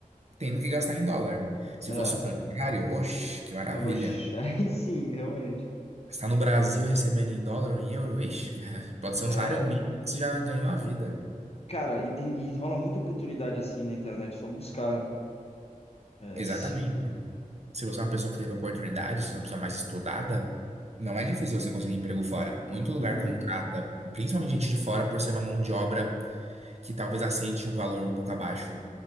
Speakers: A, on the right (about 50°); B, on the left (about 45°).
A: tendo que gastar em dólar. Se
B: É,
A: fosse o contrário, oxe, que maravilha.
B: oxe, <laughs> aí sim, realmente.
A: Estar no Brasil recebendo em dólar ou em euro, ixi, <laughs> pode ser
B: É,
A: um salário mínimo que você já ganhou a vida.
B: cara, e, tem, e rola muita oportunidade assim na internet, é só buscar. né? É,
A: Exatamente.
B: s-
A: Se você é
B: e-
A: uma pessoa que teve oportunidade, se você é uma pessoa mais estudada, não é difícil você conseguir emprego fora. Muito lugar
B: Uhum.
A: contrata, principalmente gente de fora, por ser uma mão de obra que talvez aceite um valor um pouco abaixo.